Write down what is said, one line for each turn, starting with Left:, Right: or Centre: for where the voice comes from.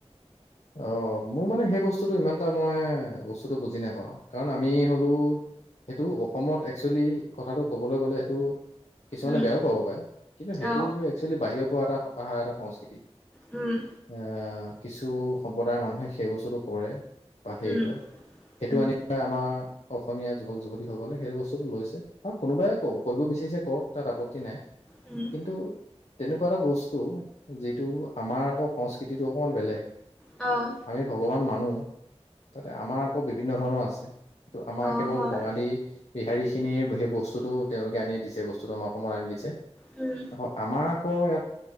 Left: অঁ! মোৰ মানে সেই বস্তুটো ইমান এটা মই বস্তুটো বুজি নাপাওঁ কাৰণ আমি হলো এইটো অসমত একচৱেলি কথাটো কবলৈ গ'লে এইটো কিছুমানে
Centre: উম
Left: বেয়াও পাব পাৰে কিন্তু সেইটো
Centre: অ
Left: এক্চৱেলি বাহিৰৰ পৰা এটা অহা এটা সংস্কৃতি।
Centre: উমঁ!
Left: আহ কিছু সম্প্ৰদায়ৰ মানুহে সেই বস্তুটো কৰে। বা হেৰি
Centre: উম
Left: কৰে সেইটো
Centre: উম
Left: আনি আমাৰ অসমীয়া যুৱক যুৱতীসকলে সেইটো বস্তুটো লৈছে। অ কোনোবাই কৰিব বিচাৰিছে কৰক তাত আপত্তি নাই
Centre: উমঁ!
Left: কিন্তু তেনেকুৱা এটা বস্তু যিটো আমাৰ আকৌ সংস্কৃতিটো অকণমান বেলেগ
Centre: অঁ!
Left: আমি ভগৱান মানো তাতে আমাৰ আকৌ বিভিন্ন ধৰণৰ আছে তো আমাৰ
Centre: অ
Left: কেৱল
Centre: হয়
Left: বঙালী বিহাৰী খিনিৰ সেই বস্তুটো তেওঁলোকে আনি দিছে বস্তুটো আমাৰ অসমত আনি দিছে।
Centre: উম।
Left: অঁ আমাৰ আকৌ ইয়াত